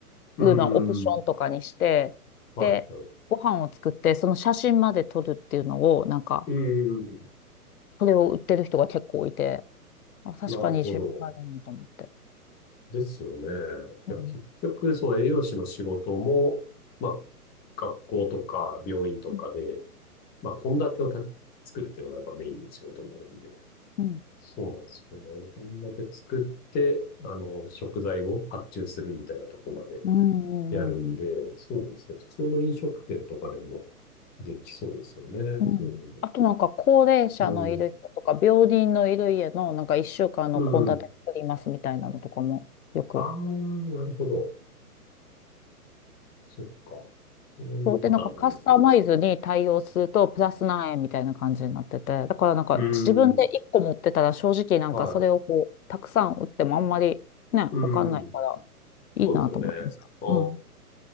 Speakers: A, in the centre; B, on the left.
A: うんうん。
B: いうのをオプションとかにして、
A: はい。
B: で、
A: はい
B: ご飯を作って、その写真まで撮るっていうのを、なんか、
A: うんうん。
B: それを売ってる人が結構いて、あ、確かに自分があるなと思って。
A: なるほど。ですよね。い
B: うん。
A: や、結局、そう、栄養士の仕事も、まあ、学校とか病院とかで、
B: うん。
A: まあ、献立をた作るっていうのがやっぱメインの仕事になるんで、
B: うん。
A: そうなんですよね。献立作って、あの、食材を発注するみたいなとこまで
B: うん。
A: やるんで、
B: うん。
A: そうですね。普通の飲食店とかでもできそうですよね。
B: うんあとなんか、
A: それでも。
B: 高齢者のいる人とか、
A: うん。
B: 病人のいる家の、なんか、一週間の献立作りますみたいなのとかも、
A: うん
B: よく。
A: ああ、なるほど。そっか。そういうパターンもありますね。
B: そうで、なんかカスタマイズに対応するとプラス何円みたいな感じになってて、だからなんか自分で1個持ってたら正直なんかそれをこう、
A: うーん、はい。
B: たくさん売ってもあんまりね、
A: うーん。
B: わかんないからいいなと思いました。
A: そうですよね。あ
B: うん。